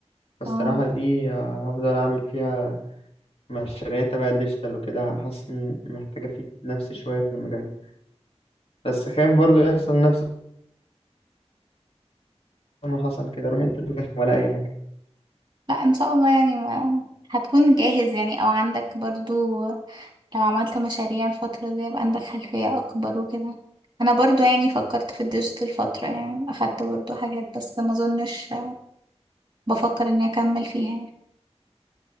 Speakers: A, on the left; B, on the right.
A: فالصراحة
B: اه
A: دي آه، هفضل اعمل فيها مشاريع تبع الديجيتال وكده حاسس إن محتاجة افيد نفسي شوية في المجال ده بس خايف برضو يحصل نفس ما حصل كده اروح انترفيو ولا اي حاجة
B: لا ان شاء الله يعني ما هتكون جاهز يعني او عندك برضو لو عملت مشاريع الفترة دي يبقى عندك خلفية اكبر وكده انا برضو يعني فكرت في الديجيتال فترة يعني اخدت برضو حاجات بس ما اظنش بفكر اني اكمل فيها يعني.